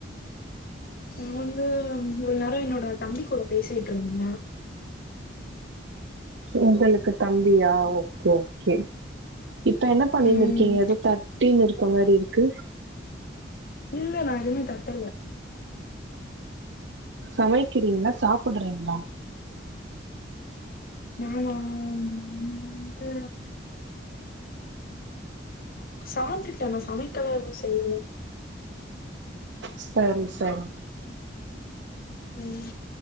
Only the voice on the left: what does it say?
நான வந்து ஒரு நேரம் என்னோட தம்பி கூட பேசிகிட்டு இருந்தேன்
ம்
இல்லைநான் எதுவுமே தட்டல
நானா வந்து சாப்டுடேன் சமைக்கல்லாம் எதுவும் செய்யல
ம்